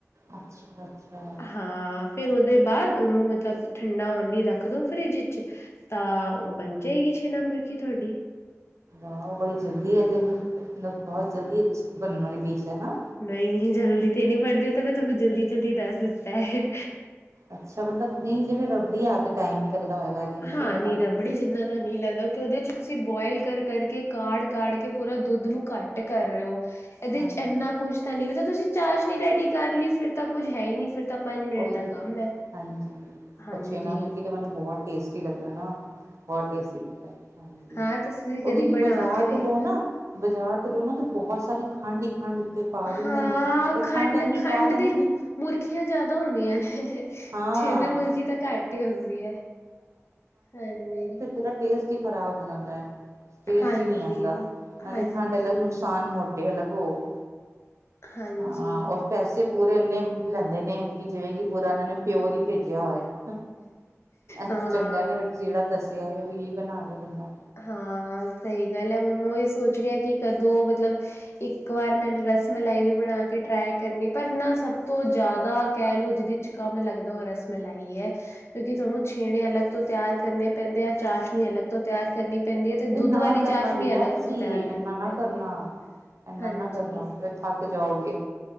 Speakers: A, on the right (about 70°); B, on the left (about 55°).
A: ਅੱਛਾ ਅੱਛਾ
B: ਹਾਂ। ਫਿਰ ਉਹਦੇ ਬਾਅਦ ਉਹਨੂੰ ਮਤਲਬ ਠੰਡਾ ਆਉਣ ਲਈ ਰੱਖ ਦਿਉ ਫਰਿੱਜ ਇਚ। ਤਾਂ ਉਹ ਬਣ ਜਾਏਗੀ ਛੇਨਾ ਮੁਰਖੀ ਤੁਹਾਡੀ।
A: ਹਾਂ। ਉਹ ਬੜੀ ਜਲਦੀ ਐ ਤੇ ਫੇਰ ਮਤਲਬ ਬਹੁਤ ਜਲਦੀ ਅਛੀ ਬਣਨ ਵਾਲੀ ਡਿਸ਼ ਐ ਨਾ।
B: ਨਈਂ ਨਈਂ, ਜਲਦੀ ਤੇ ਨਈ ਬਣਦੀ ਉਹ ਤਾਂ ਮੈਂ ਤੁਹਾਨੂੰ ਜਲਦੀ-ਜਲਦੀ ਦੱਸ ਦਿੱਤਾ ਐ।
A: ਅੱਛਾ। ਮਤਲਬ ਨਈ ਜਿਵੇਂ ਰਬੜੀ ਆ ਕੇ ਟਾਈਮ ਨੀਂ ਲੱਗਦਾ ਹੋਏਗਾ। ਇਹਦੇ ਵੀ
B: ਹਾਂ।
A: ਤੇ ਫਟਾਫਟ
B: ਨੀ ਰਬੜੀ ਜਿੰਨਾ ਤ ਨੀ ਲਗਦਾ, ਕਿ ਉਹਦੇ 'ਚ ਤੁਸੀਂ ਬੋਇਲ ਕਰ ਕਰ ਕੇ ਕਾੜ-ਕਾੜ ਕੇ ਪੂਰਾ ਦੁੱਧ ਨੂੰ ਘੱਟ ਟ ਕਰ ਰੇ ਓ, ਇਹਦੇ
A: ਹਾਂਜੀ
B: 'ਚ ਏਨਾ ਕੁਝ ਤਾਂ ਨੀ ਮਤਲਬ, ਤੁਸੀਂ ਚਾਸ਼ਣੀ ਰੈਡੀ ਕਰ ਲੀ ਸ ਫਿਰ ਤਾਂ ਕੁੱਝ ਹੈ ਈ ਨੀ, ਫਿਰ ਤਾਂ ਪੰਜ ਮਿੰਟ
A: ਉਹੀ
B: ਦਾ
A: ਤੇ
B: ਕੰਮ ਐ,
A: ਹਾਂਜੀ
B: ਹਾਂਜੀ।
A: ਉਹ ਛੇਨਾ ਮੁਰਗੀ ਤੇ ਮੈਨੂੰ ਬਹੁਤ ਟੇਸਟੀ ਲਗਦੈ ਨਾ। ਬਹੁਤ ਟੈਸਤੀ ਲਗਦਾ, ਹਾਂਜੀ।
B: ਹਾਂ ਤੁਸੀਂ
A: ਉਹ
B: ਕਦੀ
A: ਵੀ ਤੁਇ
B: ਬਣਾ
A: ਬਾਜ਼ਾਰ
B: ਕੇ ਵੇਖਣਾ
A: ਤੋਂ ਲੋਓ ਨਾ ਬਜ਼ਾਰ ਤੇ ਲੋ ਨਾ ਦੀ ਬਹੁਤ ਸਾਰੀ ਖੰਡ ਈ ਖੰਡ ਉੱਤੇ ਪਾ ਦਿੰਦੇ
B: ਹਾਂ
A: ਨੇ, ਤੇ ਖੰਡ
B: ਖੰਡ-ਖੰਡ
A: ਏਨੀ ਪਾ ਦਿੰਦੇ
B: ਦੀ
A: ਨੇ
B: ਮੁਰਖੀਆਂ ਜਾਦਾ ਹੁੰਦੀਆਂ ਨੇ।
A: ਹਾਂ
B: ਛੇਨਾ ਮੁਰਖੀ ਤਾਂ ਘੱਟ ਈ ਹੁੰਦੀ ਐ, ਹਾਂਜੀ।
A: ਓਦਾ ਟੇਸਟ ਈ ਖਰਾਬ ਹੋ ਜਾਂਦਾ ਐ, ਟੇਸਟ
B: ਹਾਂਜੀ,
A: ਈ ਨੀ ਆਂਦਾ, ਨਾਲੇ
B: ਹਾਂਜੀ,
A: ਖੰਡ ਅਲਗ ਨੁਕਸ ਸਾਨ ਮੋਟੇ ਅਲਗ ਹੋ,
B: ਹਾਂਜੀ
A: ਹਾਂ ਉਸ ਪੈਸੇ ਪੂਰੇ ਇੰਨੇ ਲੈਂਦੇ ਨੇ, ਕਿ ਜਿਵੇਂ ਕਿ ਪੂਰਾ ਏਨਾ ਨੇ ਪਿਓਰ ਈ ਭੇਜਿਆ ਹੋਏ। ਹ, ਐਸ
B: ਹਾਂ।
A: ਤੋਂ ਚੰਗਾ ਤੇ ਫੇਰ ਤੁਸੀ ਜੇੜਾ ਦਸਿਆ ਉਹੀ ਬਣਾ ਲੈ ਬੰਦਾ।
B: ਹਾਂ ਸਈ ਗੱਲ ਐ, ਹੁਣ ਓਇ ਸੋਚ ਰੀ ਆ ਕਿ ਕਦੋ ਮਤਲਬ ਇਕ ਵਾਰ ਮੈਂ ਰਸ ਮਲਾਈ ਵੀ ਬਣਾ ਕੇ ਟ੍ਰੇਈ ਕਰਨੀ ਪਰ ਨਾ, ਸਭ ਤੋਂ ਜ਼ਿਆਦਾ ਕਹਿ ਲਓ ਜਿਦੀ 'ਚ ਕੰਮ ਲਗਦਾ, ਉਹ ਰਸਮਲਾਯੀ ਐ। ਕਿਉਂਕਿ ਥੋਨੂੰ ਛੇਣੇ ਅਲਗ ਤੋਂ ਤਿਆਰ ਕਰਨੇ ਪੈਂਦੇ ਐ, ਚਾਸ਼ਣੀ ਅਲਗ ਤੋਂ ਤਿਆਰ ਕਰਨੀ ਪੈਂਦੀ ਹੈ
A: ਤੇ
B: ਦੁੱਧ
A: ਨਾ
B: ਵਾਲੀ
A: ਕਰਨਾ
B: ਚਾਸ਼ਨੀ
A: ਬਈਆ
B: ਅਲੱਗ
A: ਤੁਸੀ,
B: ਤੋਂ ਤਿਆਰ ਕਰਨੀ
A: ਏਨਾ ਨਾ
B: ਪੈਂਦੀ
A: ਕਰਨਾ,
B: ਹੈ
A: ਏਨਾ
B: ਹਾਂਜੀ।
A: ਨਾ ਕਰਨਾ, ਫੇਰ ਥੱਕ ਜਾਓਗੇ।